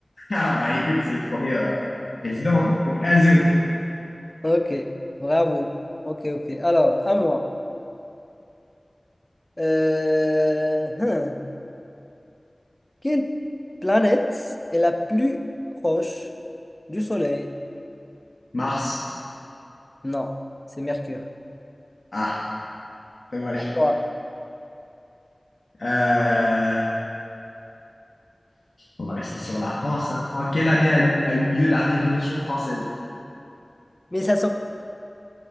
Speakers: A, on the left (about 70°); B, on the left (about 20°).
A: Ah bah écoute, c'est le premier euh, président. hein. Donc 1-0.
B: Ok, bravo. Ok, ok. Alors, à moi. Euh, hmm. Quelle planète est la plus proche du Soleil?
A: Mars.
B: Non, c'est Mercure.
A: Ah, dommage.
B: Quoi?
A: Euh, On va rester sur la France. hein. En quelle année a a eu lieu la Révolution française?
B: neuf